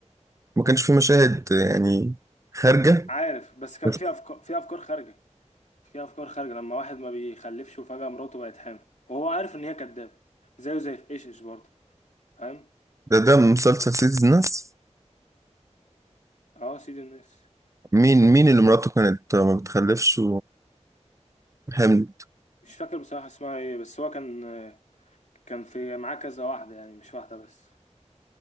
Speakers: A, on the right; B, on the left.
A: ما كانش فيه مشاهد يعني خارجة
B: عارف بس كان
A: بس
B: في افكار في افكار خارجه في افكار خارجه لما واحد ما بيخلفش وفجاه مراته بقت حامل وهو عارف ان هي كدابه زيه زي في ايش ايش برضه فاهم
A: ده ده مسلسل سيد الناس
B: اه سيد الناس
A: مين مين اللي مراته كانت ما بتخلفش وحمل
B: مش فاكر بصراحه اسمها ايه بس هو كان كان في معاه كذا واحده يعني مش واحده بس